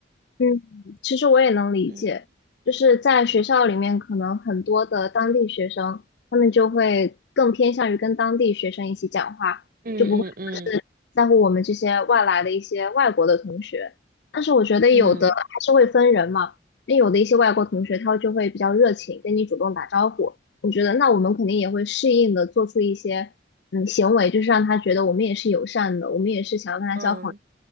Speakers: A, on the left; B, on the right.
A: 嗯，其实我也能理解，
B: 嗯
A: 就是在学校里面，可能很多的当地学生，他们就会更偏向于跟当地学生一起讲话。
B: 嗯嗯嗯
A: 就不会。在乎我们这些外来的一些外国的同学。但是我觉得有的还是会分人嘛，
B: 嗯
A: 那有的一些外国同学他就会比较热情，跟你主动打招呼。我觉得那我们肯定也会适应的做出一些嗯行为，就是让他觉得我们也是友善的，我们也是想要跟他交朋友，
B: 嗯